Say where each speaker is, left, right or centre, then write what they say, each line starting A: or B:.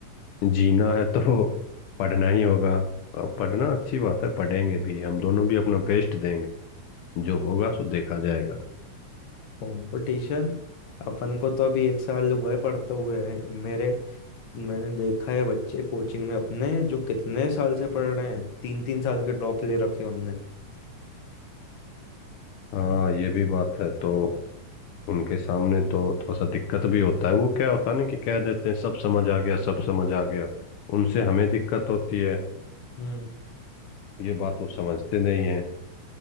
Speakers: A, on the left; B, on the left.
A: जीना है तो <laughs> पढ़ना ही होगा और पढ़ना अच्छी बात है पढ़ेंगे भी हम दोनों भी अपना बेस्ट देंगे जो होगा सो देखा जाएगा
B: कंपटीशन अपन को तो अभी एक साल हुआ है पढ़ते हुए है मेरे मैंने देखा है बच्चे कोचिंग में अपने जो कितने साल से पढ़ रहे हैं तीन तीन साल के ड्रॉप ले रखे हैं उनने
A: हाँ ये भी बात है तो उनके सामने तो थोड़ा सा दिक्कत भी होता है वो क्या होता है ना कि कह देते हैं सब समझ आ गया सब समझ आ गया उनसे हमें दिक्कत होती है
B: हम्म
A: ये बात वो समझते नहीं है।